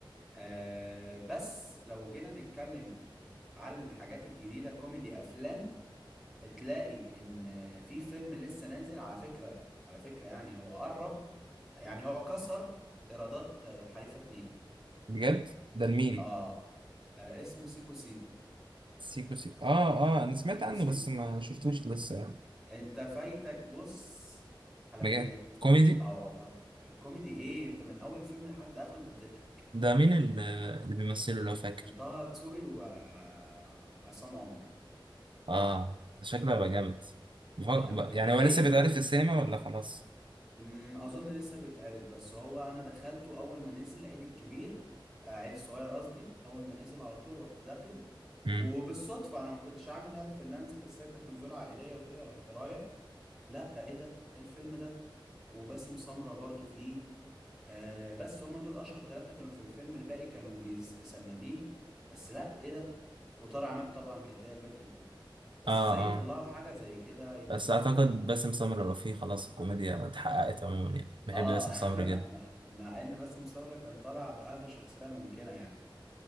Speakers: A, in the centre; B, on the right (about 70°).
A: آه بس لو جينا نتكلم على الحاجات الجديدة كوميدي أفلام تلاقي إن في فيلم لسه نازل على فكرة على فكرة يعني هو قرب يعني هو كسر إيرادات الحريفة اتنين
B: بجد ده لمين
A: اه آه اسمه سيكو سيكو
B: سيكو سيكو اه اه انا سمعت
A: سيكو
B: عنه
A: سيكو
B: بس ما شفتوش لسه يعني
A: انت فايتك بص حلويات
B: بجد كوميدي
A: اه والله الكوميدي ايه انت من اول فيلم لحد اخره انت بتضحك
B: ده مين ال- اللي بيمثله لو فاكر
A: طه دسوقي وعصام عمر
B: اه ده شكله هيبقى جامد بفكر-
A: يعني
B: يعني
A: وايه
B: يعني هو لسه بيتعرض في السينما ولا خلاص
A: مم، اظن لسه بيتعرض بس هو انا دخلته اول ما نزل عيد الكبير آه عيد الصغير قصدي اول ما نزل على طول رحت داخله
B: مم.
A: وبالصدفة انا ما كنتش عامل هدف ان انزل بس هي كانت نزولة عائلية وكده رحت رايح لا ايه ده ايه الفيلم ده وباسم سمرة برضو فيه آه بس هم دول اشهر ثلاثة كانوا في الفيلم الباقي كانوا بيسندين بس لا ايه ده وطار عماد طبعا كانت هي البنت اللي في ال- بس
B: اه
A: ازاي
B: اه
A: يطلعوا حاجة زي كده يطلعوا
B: بس اعتقد باسم سمرة رفيع خلاص الكوميديا اتحققت عموما يعني بحب
A: اه
B: باسم سمرة
A: <laughs>
B: جدا
A: مع مع ان باسم سمرة كان طالع بأهدى شخصية ممكنة يعني